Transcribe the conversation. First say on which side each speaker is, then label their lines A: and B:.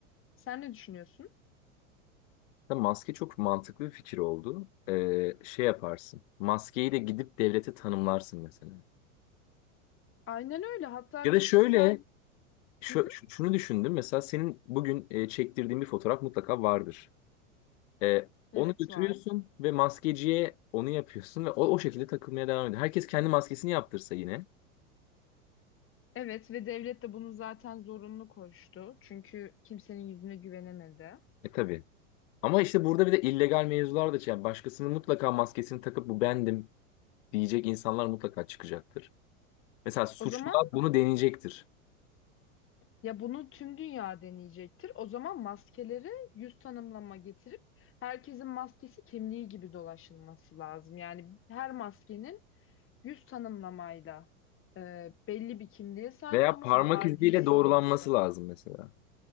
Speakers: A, on the left; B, on the left.
A: Sen ne düşünüyorsun?
B: Tabii maske çok mantıklı bir fikir oldu. Ee, şey yaparsın. Maskeyi de gidip devlete tanımlarsın mesela.
A: Aynen öyle. Hatta
B: Ya
A: kişisel...
B: da şöyle şu-
A: Hı hı.
B: şu- şunu düşündüm. Mesela senin bugün e, çektirdiğin bir fotoğraf mutlaka vardır. Ee,
A: Evet
B: onu götürüyorsun
A: var.
B: ve maskeciye onu yapıyorsun ve o, o şekilde takılmaya devam ediyor. Herkes kendi maskesini yaptırsa yine.
A: Evet ve devlet de bunu zaten zorunlu koştu. Çünkü kimsenin yüzüne güvenemedi.
B: E tabii. Ama işte burada bir de illegal mevzular da yani başkasının mutlaka maskesini takıp bu bendim diyecek insanlar mutlaka çıkacaktır. Mesela suçlular
A: O zaman
B: bunu deneyecektir.
A: Ya bunu tüm dünya deneyecektir. O zaman maskeleri yüz tanımlama getirip herkesin maskesi kimliği gibi dolaşılması lazım. Yani her maskenin yüz tanımlamayla e, belli bir kimliğe sahip
B: Veya
A: olması,
B: parmak
A: bir
B: iziyle
A: ID'si
B: doğrulanması
A: olması.
B: lazım mesela.